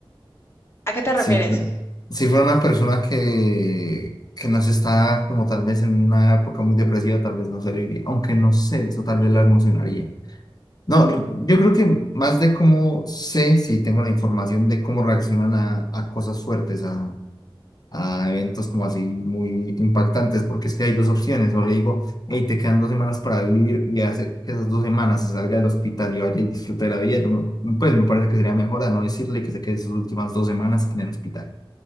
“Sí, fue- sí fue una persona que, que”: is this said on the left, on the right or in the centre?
Left